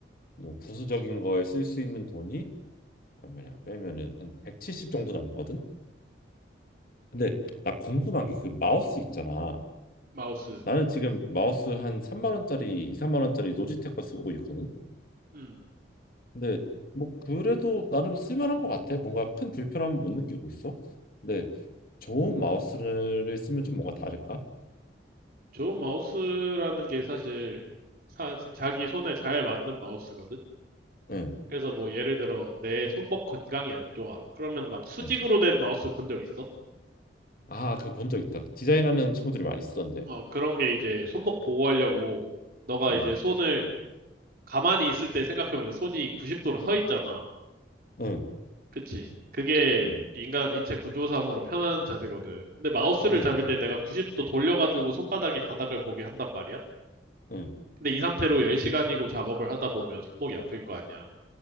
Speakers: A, on the left (about 50°); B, on the right (about 50°).
A: 뭐 부수적인 거에 쓸 수 있는 돈이 얼마냐 빼면은 한 170 정도 남거든. 근데 나 궁금한 게 그 마우스 있잖아.
B: 마우스.
A: 나는 지금 마우스 한 3만 원짜리, 2, 3만 원짜리 노지텍 거 쓰고 있거든.
B: 음,
A: 근데 뭐 그래도 나름 쓸만한 것 같아. 뭔가 큰 불편함은 못 느끼고 있어. 근데 좋은 마우스를 쓰면 좀 뭔가 다를까?
B: 좋은 마우스라는 게 사실 사- 자기 손에 잘 맞는 마우스거든.
A: 응.
B: 그래서 뭐 예를 들어 내 손목 건강이 안 좋아. 그러면 막 수직으로
A: 응.
B: 된 마우스 본 적 있어?
A: 아, 그 본 적 있다. 그 디자인하는 친구들이 많이 쓰던데.
B: 어, 그런 게 이제 손목 보호하려고 너가
A: 응.
B: 이제 손을 가만히 있을 때 생각해보면 손이 90도로 서 있잖아.
A: 응.
B: 그치? 그게
A: 응.
B: 인간 인체 구조상으로 편한 자세거든. 근데 마우스를
A: 응.
B: 잡을 때 내가 90도 돌려가지고 손바닥이 바닥을 보게 한단 말이야.
A: 응.
B: 근데 이 상태로 10시간이고 작업을 하다 보면 손목이 아플 거 아니야.